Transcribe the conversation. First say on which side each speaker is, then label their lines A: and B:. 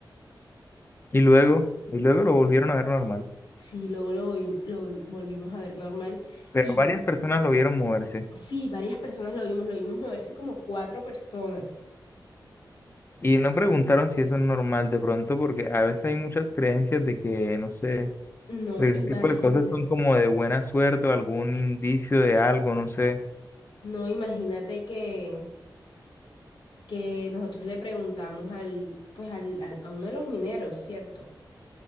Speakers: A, on the left; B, on the left.
A: Y luego, y luego lo volvieron a ver normal.
B: Sí, luego lo, vi- lo vi- volvimos a ver normal.
A: Pero
B: Y
A: varias personas lo vieron moverse
B: sí, varias personas lo vimos, lo vimos moverse como cuatro personas.
A: y no preguntaron si eso es normal de pronto, porque a veces hay muchas creencias de que, no sé, de
B: No,
A: que ese
B: imagínate,
A: tipo de cosas son como de buena suerte o algún indicio de algo, no sé.
B: no, imagínate que... que nosotros le preguntamos al, pues al, al- a uno de los mineros, ¿cierto?